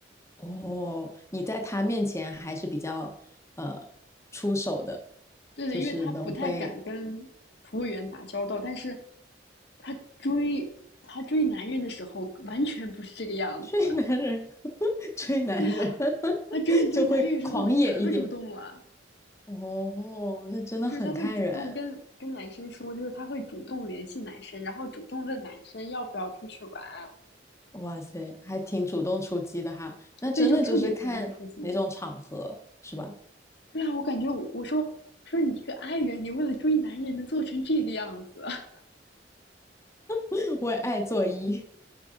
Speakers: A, on the left; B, on the left.
A: 哦，你在他面前还是比较呃出手的，
B: 对的，
A: 就是能会
B: 因为他不太敢跟服务员打交道，但是他追他追男人的时候完全不是这个样子。
A: 追男人，<laughs> 追男人
B: 对啊，
A: <laughs>
B: 他追追你这个男人的时候可主动了，
A: 就会狂野一点。哦，那真的很看人，
B: 就是他会主动跟跟男生说，就是他会主动联系男生，然后主动问男生要不要出去玩，
A: 哇塞，还挺主动出击的哈。那真的就是看哪种场合，
B: 对，就特别主动出击。
A: 是吧？
B: 对啊，我感觉我我说我说你一个爱人，你为了追男人能做成这个样子，<laughs>
A: <laughs> 我也爱做揖，